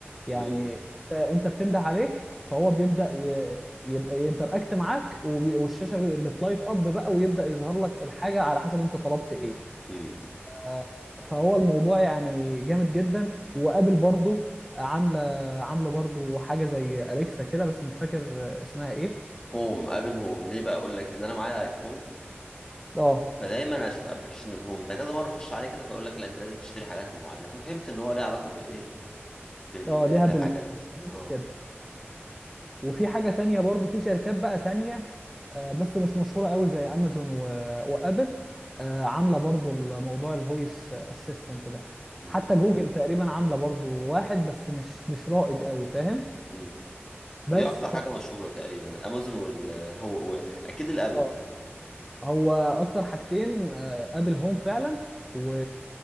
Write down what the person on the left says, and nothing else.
مم.
مم.
هوم ابل هوم ليه بقى اقول لك لان انا معايا ايفون
فدايما اشوف ابلكيشن الهوم ده كذا مره اخش عليه كده فاقول لك لا انت لازم تشتري حاجات معينه ففهمت ان هو ليه علاقه بالايه بالحاجات
دي اه
مم.
مم.
ايه اكتر
حاجه مشهوره تقريبا امازون والهو اكيد الابل